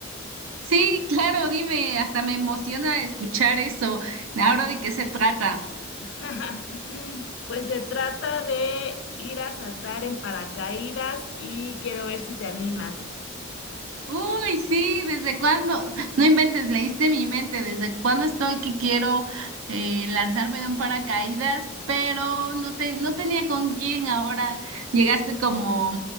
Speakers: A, on the right; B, on the left.
A: Sí, claro, dime, hasta me emociona escuchar eso. ¿Ahora de qué se trata?
B: <laughs> Pues se trata de ir a saltar en paracaídas y quiero ver si te animas.
A: Uy, sí, ¿desde cuándo? No inventes, leíste mi mente, ¿desde cuándo estoy que quiero eh, lanzarme de un paracaídas? Pero no, te, no tenía con quién, ahora llegaste como,